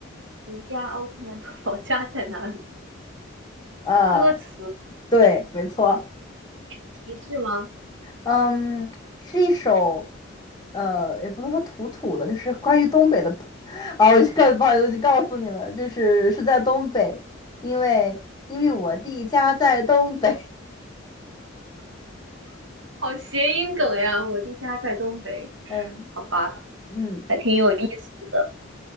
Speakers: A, on the right; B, on the left.
A: 迪迦奥特曼的 <laughs> 老家在哪里？
B: 呃，
A: 歌词
B: 对，没错，
A: 提示吗？
B: 嗯，是一首，呃，也不能说土土的，就是关于东北的土。<laughs> 啊，我就告，不好意思，我就告诉你了，就是是在东北，因为因为我弟家在东北。
A: 好谐音梗呀！我的家在东北，
B: <laughs> 嗯
A: 好吧，
B: 嗯
A: 还挺有意思的。